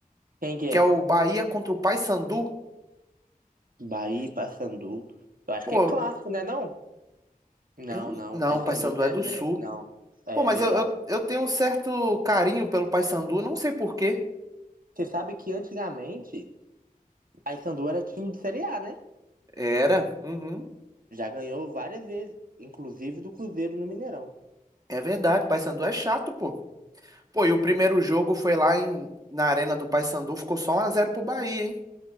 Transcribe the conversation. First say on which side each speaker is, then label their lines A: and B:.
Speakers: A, on the right; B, on the right.
A: Quem que
B: que
A: é?
B: é o Bahia contra o Paysandu.
A: Bahia, Paysandu. Eu acho
B: Pô,
A: que é clássico, né? Não? Não,
B: eu não.
A: não.
B: Não,
A: Paysandu,
B: o Paysandu
A: né?
B: é do
A: né?
B: Sul.
A: Não. É
B: Pô, mas
A: verdade.
B: eu, eu, eu tenho um certo carinho pelo Paysandu, não sei por quê.
A: Você sabe que antigamente Paysandu era time de Série A, né?
B: Era. Uhum.
A: Já ganhou várias vezes, inclusive do Cruzeiro no Mineirão.
B: É verdade. Paysandu é chato, pô. Pô, e o primeiro jogo foi lá em, na Arena do Paysandu, ficou só um a zero pro Bahia, hein?